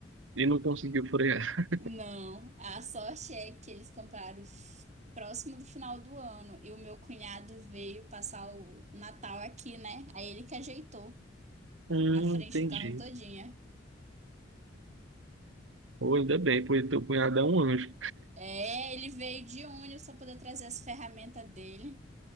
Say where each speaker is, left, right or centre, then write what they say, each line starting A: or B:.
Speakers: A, on the right; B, on the right.
A: E não conseguiu frear.
B: Não, a sorte é que eles compraram f- próximo do final do ano e o meu cunhado veio passar o Natal aqui, né? Aí ele que ajeitou
A: Hum,
B: a frente
A: entendi.
B: do carro todinha.
A: Ou ainda bem, pois teu cunhado é um anjo.
B: É, ele veio de ônibus pra poder trazer as ferramentas dele.